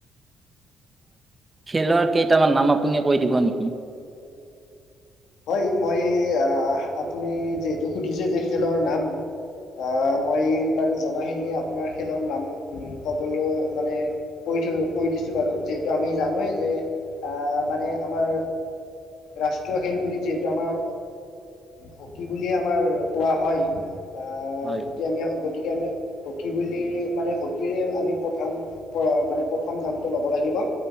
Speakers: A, on the right; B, on the left.
A: খেলৰ কেইটামান নাম আপুনি কৈ দিব নেকি?
B: হয় মই আপুনি যিহেতু সুধিছে যে খেলৰ নাম আহ মই বাৰু জনাখিনি আপোনাৰ খেলৰ নাম ক'বলৈ মানে কৈ থৈছো কৰি দিছো বাৰু যিহেতু আমি জানোৱেই যে আহ মানে আমাৰ ৰাষ্ট্ৰীয় খেল বুলি যিহেতু আমাৰ হকী বুলিয়ে আমাৰ কোৱা হয়। আ
A: হয়
B: গতি আমি গতিকে আমিও হকী বুলি মানে হকীৰে আমি প্ৰথম প্ৰ মানে প্ৰথম নামটো ল'ব লাগিব।